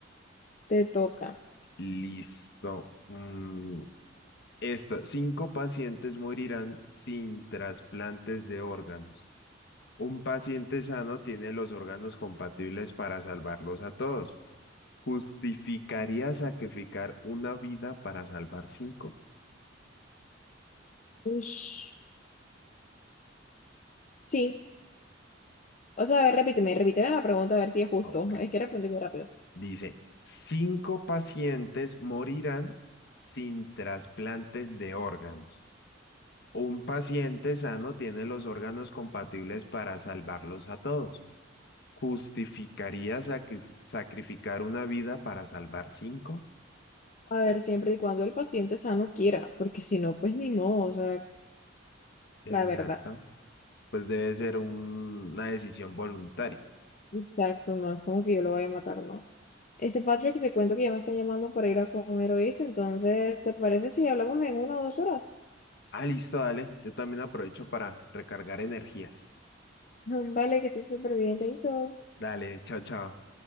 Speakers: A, on the left; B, on the left.
A: te toca.
B: Listo. Mm, esta. Cinco pacientes morirán sin trasplantes de órganos. Un paciente sano tiene los órganos compatibles para salvarlos a todos. ¿Justificaría sacrificar una vida para salvar cinco?
A: Ush. Sí, o sea, a ver, repíteme, repíteme la pregunta a ver si es justo.
B: Ah, Ok.
A: Es que respondí muy rápido.
B: Dice, cinco pacientes morirán sin trasplantes de órganos. Un paciente sano tiene los órganos compatibles para salvarlos a todos. ¿Justificaría sacri- sacrificar una vida para salvar cinco?
A: A ver, siempre y cuando el paciente sano quiera, porque si no, pues ni modo, o sea,
B: Exacto.
A: la verdad.
B: Pues debe ser un- una decisión voluntaria.
A: Exacto, no es como que yo lo vaya a matar, no. Este Patrick, te cuento que ya me están llamando para ir a comer, ¿oíste? Entonces, ¿te parece si hablamos en una o dos horas?
B: Ah, listo, dale. Yo también aprovecho para recargar energías.
A: <laughs> Vale, que estés súper bien, chaito.
B: Dale, chao, chao.